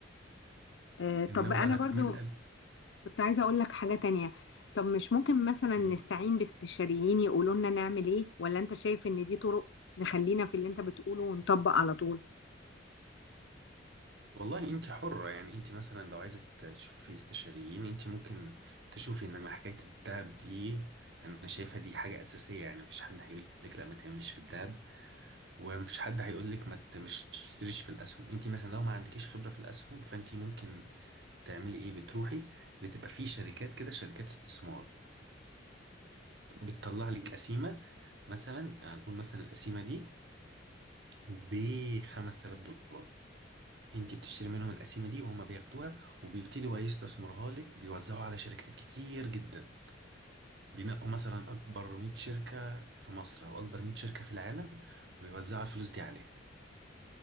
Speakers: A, on the left (about 75°); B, on the right (about 65°).
A: آه
B: إنما
A: طب انا
B: بقى لها
A: برضو
B: من
A: كنت عايزه اقول لك حاجه تانية طب مش ممكن مثلا
B: الأب
A: نستعين باستشاريين يقولوا لنا نعمل ايه ولا انت شايف ان دي طرق نخلينا في اللي انت بتقوله ونطبق على طول
B: والله انت حرة يعني انت مثلا لو عايزة تشوفي استشاريين انت ممكن تشوفي انما حكاية الذهب دي انا شايفها دي حاجة اساسية يعني مفيش حد هيقول لك لا ما تعملش في الذهب ومفيش حد هيقول لك ما ت- مش تشتريش في الاسهم انت مثلا لو ما عندكيش خبرة في الاسهم فانت ممكن تعملي ايه بتروحي بتبقى في شركات كده شركات استثمار بتطلع لك قسيمة مثلا هنقول مثلا القسيمة دي ب 5000 دولار انت بتشتري منهم القسيمه دي وهم بياخدوها وبيبتدوا بقى يستثمروها لك بيوزعوها على شركات كتير جدا بينقوا مثلا اكبر 100 شركه في مصر او اكبر 100 شركه في العالم ويوزعوا الفلوس دي عليها